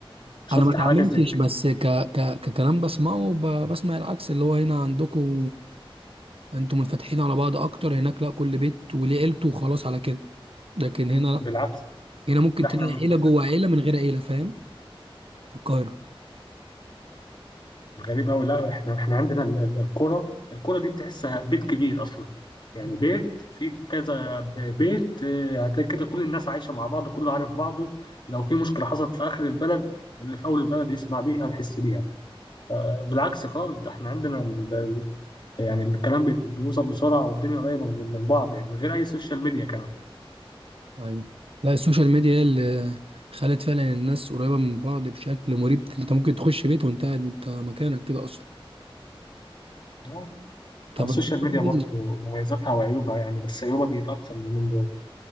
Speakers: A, on the left; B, on the right.
A: وشفت
B: أنا ما اتعاملتش
A: حاجه زي كده
B: بس ك... ك... ككلام بسمعه ب... بسمع العكس اللي هو هنا عندكم انتوا منفتحين على بعض اكتر هناك لا كل بيت وليه عيلته وخلاص على كده لكن هنا لا
A: بالعكس
B: هنا ممكن
A: ده
B: تلاقي
A: احنا من
B: عيله
A: كتر
B: جوه عيله من غير عيله فاهم في القاهره
A: غريب قوي لا احنا احنا عندنا ال- ال- القرى القرى دي بتحسها بيت كبير اصلا يعني
B: مم.
A: بيت فيه كذا ب- بيت اه، هتلاقي كده كل الناس عايشه مع بعض كله عارف بعضه لو في مشكله حصلت في اخر البلد اللي في اول البلد يسمع بيها ويحس بيها بالعكس خالص ده احنا عندنا ال- ال- يعني الكلام بيت- بيوصل بسرعه والدنيا قريبه من من بعض يعني من غير اي سوشيال ميديا
B: ايوه لا السوشيال ميديا هي اللي خلت فعلا الناس قريبه من بعض بشكل مريب انت ممكن تخش بيت وانت قاعد انت مكانك كده اصلا
A: كمان
B: طب
A: السوشيال
B: رشح
A: ميديا برضه
B: لي
A: مميزاتها وعيوبها يعني بس عيوبها بيت أكتر من دول